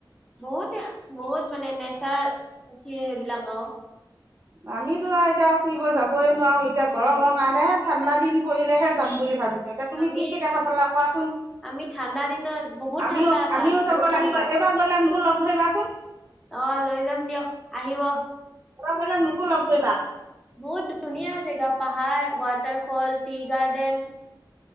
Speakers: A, in the centre; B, on the right (about 35°).
A: বহুতে বহুত মানে <unintelligible> সেইবিলাক আৰু।
B: আমিতো আৰু এতিয়া ফুৰিব যাবই নোৱাৰো এতিয়া গৰমৰ কাৰণে ঠাণ্ডা দিন পৰিলেহে যাম বুলি ভাবি এতিয়া তুমি
A: আমি
B: কি কি দেখা পালা কোৱাচোন
A: আমি ঠাণ্ডা দিনত বহুত
B: আমিও
A: ঠাণ্ডা তাত
B: আমিও যাব
A: বহুত ঠাণ্ডা।
B: লাগিব এবাৰ গলে মোৰ লগত ধৰিবাচোন
A: অ' লৈ যাম দিয়ক, আহিব।
B: <unintelligible> গ'লে মোকো লগ ধৰিবা।
A: বহুত ধুনীয়া জেগা পাহাৰ, ৱাটাৰফল, টি-গাৰ্ডেন।